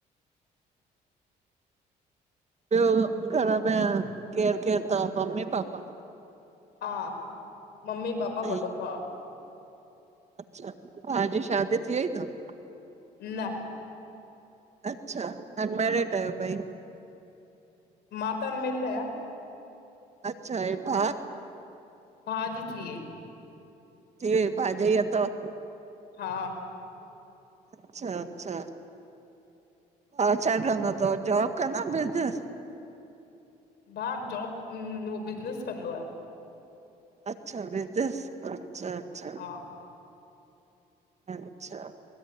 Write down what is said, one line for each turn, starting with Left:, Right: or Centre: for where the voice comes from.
Right: ॿियो! घर में केरु केरु अथव मम्मी पापा?
Left: हा, ममी, पापा,
Right: ऐं
Left: वॾो भाउ।
Right: अच्छा! भाउ जी शादी थी वई थव?
Left: न!
Right: अच्छा, अनमैरिड आहियो ॿई!
Left: मा त अनमैरिड आयां‌
Right: अच्छा अंए भाउ?
Left: भाउ ॼी थी वई।
Right: थी वई, भाॼाई अथव?
Left: हा!
Right: अच्छ-अच्छा! हा छा कंदो तव, जॉब कंदो बिज़नस?
Left: हा उ जॉब उह बिज़नेस कंदो आहे।
Right: अचछा बिज़निस, अच्छा अच्छा!
Left: हा
Right: अच्छा!